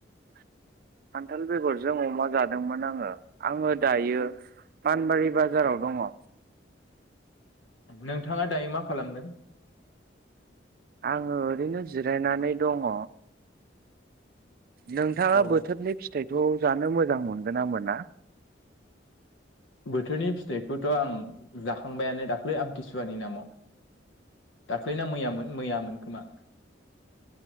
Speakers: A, on the right; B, on the left.
A: खान्थाल बेगरजों अमा जादोंमोन आङो आङो दायो फानबारि बाजार बाजाराव दङ।
B: नोंथाङा दायो मा खालामदों?
A: आङो ओरैनो जिरायनानै दङ। नोंथाङा
B: अ
A: बोथोरनि फिथाइखौ जानो मोजां मोनगोना मोना?
B: बोथोरनि फिथाइखौथ' आं जाखांबायानो दाख्लै आमथिसुवानि नामाव। दाख्लैना मैयामोन मैआमोन खोमा।